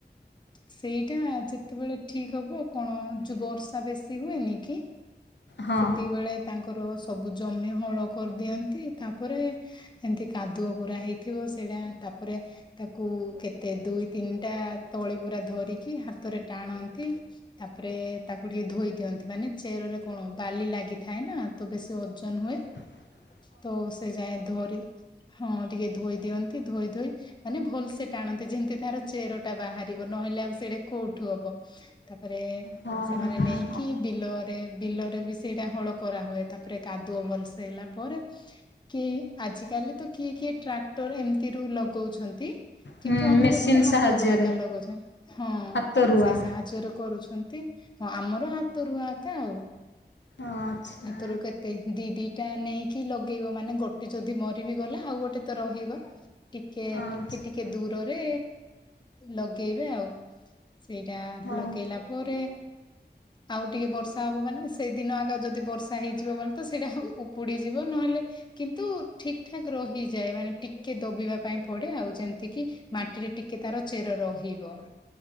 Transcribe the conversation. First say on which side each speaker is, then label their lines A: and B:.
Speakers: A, on the left; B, on the left.
A: ସେଇଟା ଯେତେବେଳେ ଠିକ ହବ କଣ ଯୋଉ ବର୍ଷା ବେଶୀ ହୁଏନି କି?
B: ହଁ
A: ସେତିକିବେଳେ ତାଙ୍କର ସବୁ ଜମି ହଳ କରିଦିଅନ୍ତି। ତାପରେ ଏମିତି କାଦୁଅ ପୁରା ହେଇଥିବ ସେଇଟା ତାପରେ ତାକୁ କେତେ ଦୁଇ ତିନିଟା ତଳି ପୁରା ଧରିକି ହାତରେ ଟାଣନ୍ତି। ତାପରେ ତାକୁ ଟିକେ ଧୋଇ ଦିଅନ୍ତି ମାନେ ଚେର ରେ କଣ ବାଲି ଲାଗିଥାଏ ନା? ତ ବେଶୀ ଓଜନ ହୁଏ।
B: ହ
A: ତ ସେ ଯାଏ ଧରି ହଁ ଟିକେ ଧୋଇ ଦିଅନ୍ତି ଧୋଇ ଧୋଇ ମାନେ ଭଲସେ ଟା ଆଣନ୍ତି ଯେମିତି ତାର ଚେର ଟା ବାହାରିବ ନହେଲେ ଆଉ ସେଇଟା କୋଉଠୁ ହବ? ତାପରେ
B: ହଁ
A: ସେମାନେ
B: ହଁ
A: ନେଇକି
B: ହଁ।
A: ବିଲରେ ବିଲରେ ବି ସେଇଟା ହଳ କରା ହୁଏ। ତା- - ପରେ କାଦୁଅ ଭଲସେ ହେଲା ପରେ କି ଆଜିକାଲି ତ କିଏ କିଏ ଟ୍ରାକ୍ଟର ଏମିତିରୁ ଲଗଉଛନ୍ତି। କିନ୍ତୁ
B: ହୁଁ
A: ଆମର
B: ମେସିନ୍
A: ଏପୋଟେ ହାତରୁ
B: ସାହାଯ୍ୟରେ
A: ଆକାର ଲଗାଉଛ। ହଁ
B: ହାତ ରୁଆ
A: ସେଇ ସା ହାଯ୍ୟରେ କରୁଛନ୍ତି। ହଁ ଆମର ହାତରୁଆ ଆକା ଆଉ।
B: ଆଚ୍ଛା।
A: ହାତରୁ କେ ଦି ଦିଟା ନେଇକି ଲଗେଇବ ମାନେ ଗୋଟେ ଯଦି ମରିିବି ଗଲା ଆଉ ଗୋଟେ ତ ରହିବ। ଟିକେ
B: ଆଚ୍ଛା
A: ଟିକେ ଟିକେ ଦୂରରେ ଲଗେଇବେ ଆଉ। ସେଇଟା
B: ହଉ
A: ଲଗେଇଲା- - ପରେ ଆଉ ଟିକେ ବର୍ଷା ହବ ମାନେ ସେଇଦିନ ଆଗ ଯଦି ବର୍ଷା- - ହେଇଯିବ ବଲେତ ସେଇଟା ଉପୁଡିଯିବ ନହେଲେ କିନ୍ତୁ ଠିକ୍ ଠାକ୍ ରହିଯାଏ। ମାନେ ଟିକେ ଦବିବା ପାଇଁ ପଡ଼େ ଆଉ ଯେମିତିକି -- ମାଟିରେ ଟିକେ ତାର ଚେର ରହିବ।